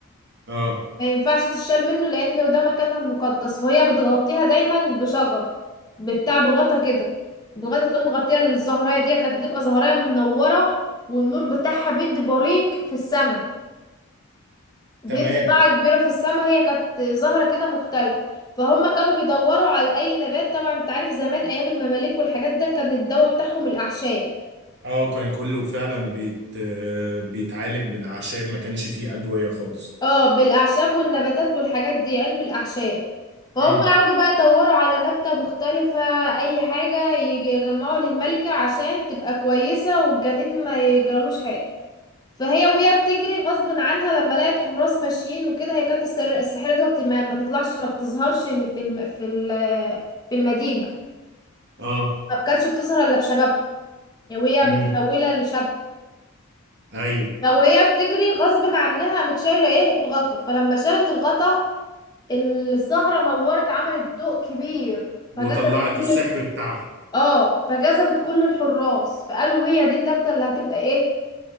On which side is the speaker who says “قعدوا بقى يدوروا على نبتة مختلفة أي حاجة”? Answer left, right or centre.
Left